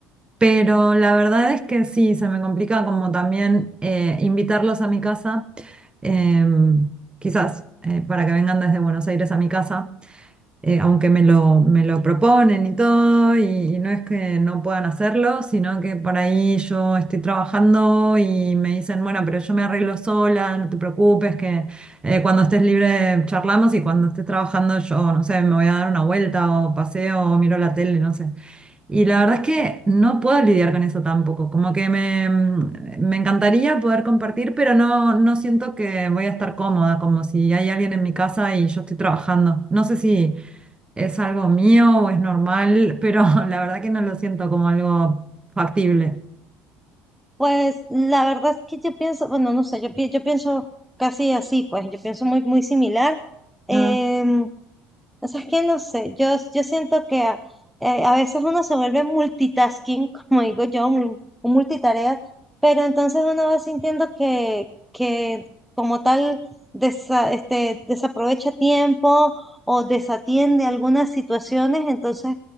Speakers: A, on the right; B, in the centre.
A: Pero la verdad es que sí, se me complica como también eh, invitarlos a mi casa, em, quizás eh, para que vengan desde Buenos Aires a mi casa eh, aunque me lo, me lo proponen y todo, y, y no es que no puedan hacerlo, sino que por ahí yo estoy trabajando y me dicen, bueno, pero yo me arreglo sola, no te preocupes, que eh, cuando estés libre charlamos y cuando estés trabajando yo, no sé, me voy a dar una vuelta o paseo o miro la tele, no sé. Y la verdad es que no puedo lidiar con eso tampoco, como que me, me encantaría poder compartir, pero no, no siento que voy a estar cómoda, como si hay alguien en mi casa y yo estoy trabajando. No sé si... ¿Es algo mío o es normal? Pero <laughs> la verdad que no lo siento como algo factible.
B: pues la verdad es que yo pienso, bueno, no sé, yo, pi- yo pienso casi así, pues yo pienso muy, muy similar. em,
A: Ah,
B: O sea, es que no sé, yo, yo siento que a, eh, a veces uno se vuelve multitasking, <laughs> como digo yo, un, un multitarea, pero entonces uno va sintiendo que, que como tal desa- este, desaprovecha tiempo o desatiende algunas situaciones, entonces